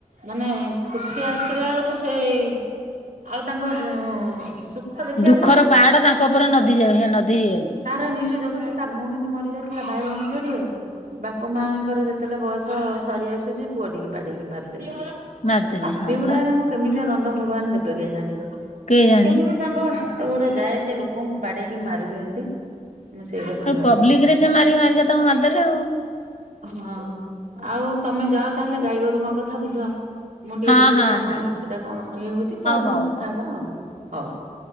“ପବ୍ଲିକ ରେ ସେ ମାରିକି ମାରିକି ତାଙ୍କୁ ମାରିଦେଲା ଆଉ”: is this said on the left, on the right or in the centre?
Left